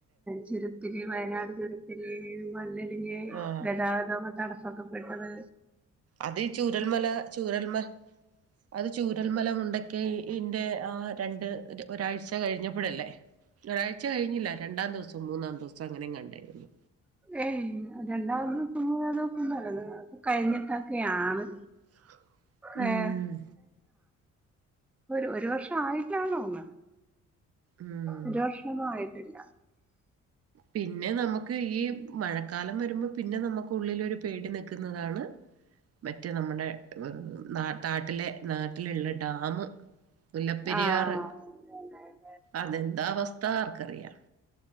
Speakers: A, in the centre; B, on the right.
A: ചുരത്തില്, വയനാട് ചുരത്തില് മണ്ണിടിഞ്
B: ആ
A: ഗതാഗതം തടസ്സൊക്കെപ്പെട്ടത്.
B: അത് ചൂരൽമല, ചൂരൽമ അത്- ചൂരൽമല, മുണ്ടക്കൈ ഇന്റെ ആ രണ്ട് ഒരാഴ്ച കഴിഞ്ഞപ്പോഴല്ലേ? ഒരാഴ്ച കഴിഞ്ഞില്ല, രണ്ടാം ദിവസം, മൂന്നാം ദിവസം അങ്ങനെ എങ്ങാണ്ടായിരുന്നു.
A: ഏയ്, <unintelligible> കഴിഞ്ഞിട്ടൊക്കെയാണ്.
B: <unintelligible> ഉം
A: ഏ <unintelligible> ഒരു ഒരു വർഷ ആയിട്ടാണോ ഒന്ന്?
B: ഉം
A: ഒരു വർഷം ഒന്നും ആയിട്ട <inaudible> ഇല്ല.
B: പിന്നെ നമുക്ക് ഈ മഴ മഴക്കാലം വരുമ്പോ, പിന്നെ നമുക്ക് ഉള്ളിൽ ഒരു പേടി നൽക്കുന്നതാണ് <inaudible> മറ്റെ നമ്മുടെ ർ ന നാട്ടിലെ, നാട്ടിലുള്ള ഡാമ്. മുല്ലപ്പെരിയാറ്,
A: ആഹ് അതെ അതെ അതെ
B: അതെന്താ അവസ്ഥ? ആർക്കറിയാം!.